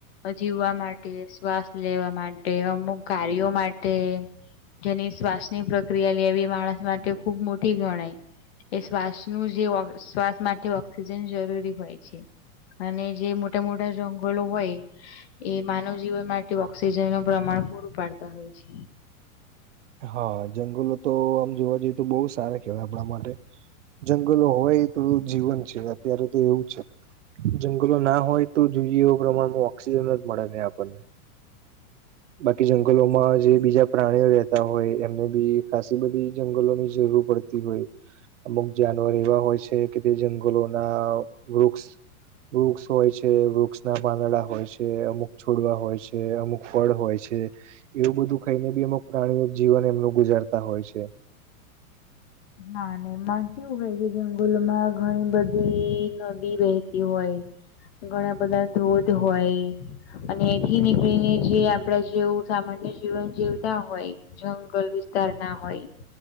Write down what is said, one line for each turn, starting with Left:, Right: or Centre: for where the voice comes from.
Left: જીવવા માટે શ્વાસ લેવા માટે અમુક કાર્યો માટે. જેની શ્વાસની પ્રક્રિયા લેવી માણસ માટે ખુબ મોટી ગણાય. એ શ્વાસનું જે શ્વાસ માટે ઓક્સિજન જરૂરી હોય છે. અને જે મોટા મોટા જંગલો હોય. એ માનવ જીવન માટે ઓક્સિજન નું પ્રમાણ પૂરું પાડતા હોય છે.
Right: હા જંગલો તો આમ જોવા જઈએ તો બહુ સારા કેહેવાય આપણા માટે. જંગલો હોય તો જીવન છે અત્યારેતો એવું છે. જંગલો ના હોય તો જોઈએ એવા પ્રમાણમાં ઓક્સિજન જ મળે ને આપણને. બાકી જંગલોમાં જે બીજા પ્રાણીઓ રહેતા હોય એમને બી ખાાસ બધી જંગલોની જરૂર પડતી. હોય અમુક જાનવર એવા હોય છે કે તે જંગલોના વૃક્ષ. વૃક્ષ હોય છે વૃક્ષના પાંદડા હોય છે અમુક છોડવા હોય છે અમુક. ફળ હોય છે એવું બધું ખાઈને બી એમ પ્રાણીઓ જીવન એમનું ગુજારતા હોય છે. <inaudible>
Left: ના ના માન કે એવું હોય કે જંગલમાં ઘણી બધી નદી વહેતી હોય. ઘણા બધા ધોધ હોય. અને એથી નીકળીને જે આપડા જેવું સામાન્ય જીવન જીવતા હોય. જંગલ વિસ્તાર ના હોય.